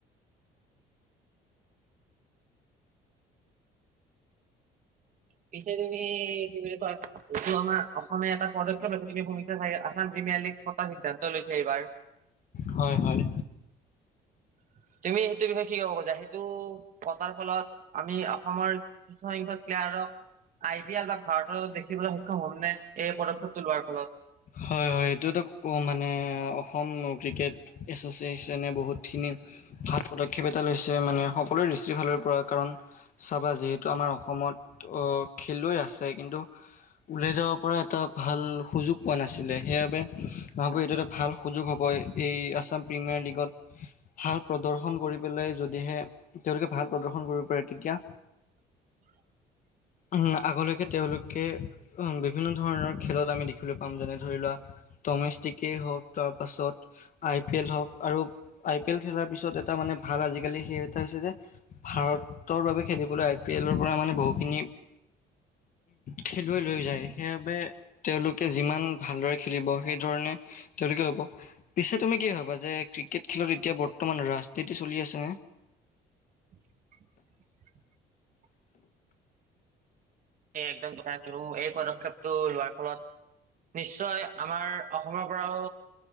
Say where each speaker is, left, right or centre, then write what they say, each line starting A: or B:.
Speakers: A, on the right; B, on the left.
A: পিছে তুমি কি বুলি কয় এইটো আমাৰ অসমীয়া এটা পদক্ষেপ আছে তুমি শুনিছা চাগে আছাম <unintelligible> পতা সিদ্ধান্ত লৈছে এইবাৰ।
B: হয় হয়।
A: <inaudible> তুমি তুমি সেই কিবা কৰিছা সেইটো থকাৰ ফলত আমি অসমৰ কিছুমান বিশিষ্ট প্লেয়াৰক আই পি এল বা ভাৰতৰ দেখিবলৈ সক্ষম হয় মানে এই পদক্ষেপটো লোৱাৰ ফলত
B: হয় হয় এইটো তো ক মানে অসম ক্ৰিকেট এছচিয়েচনে বহুতখিনি ভাল পদক্ষেপ এটা লৈছে মানে সকলোৱে দৃষ্টিফালৰ কাৰণ চাবা যিহেতু আমাৰ অসমত অ খেলুৱৈ আছে কিন্তু উলাই যাব পৰা এটা ভাল সুযোগ পোৱা নাছিলে সেইবাবে ভাবো এইটো এটা ভাল সুযোগ হ'ব এই আছাম প্ৰিমিয়াৰ লীগত ভাল প্ৰদৰ্শন কৰি পেলাই যদিহে তেওঁলোকে ভাল প্ৰদৰ্শন কৰিব পাৰে তেতিয়া
A: <inaudible>
B: উম আগলৈকে তেওঁলোকে উম বিভিন্ন ধৰণৰ খেলত আমি দেখি দেখলৈ পাম যেনে ধৰি লোৱা টমেষ্টিকেই হওক তাৰ পাছত আই পি এল হওক আৰু আই পি এল খেলাৰ পিছত এটা মানে ভাল আজিকালি সেই এটা হৈছে যে ভাৰতৰ বাবে খেলিবলৈ আই পি এলৰ পৰা মানে বহুত খিনি খেলুৱৈ লৈ যায় সেই বাবে তেওঁলোক যিমান ভালদৰে খেলিব সেই ধৰণে তেওঁলোকে হ'ব। পিছে তুমি কি হবা যে ক্ৰিকেট খেলি এতিয়া বৰ্তমান ৰাজনীতি চলি আছেনে?
A: <inaudible> একদম এই পদক্ষেপটো লোৱাৰ ফলত নিশ্চয় আমাৰ অসমৰ পৰাও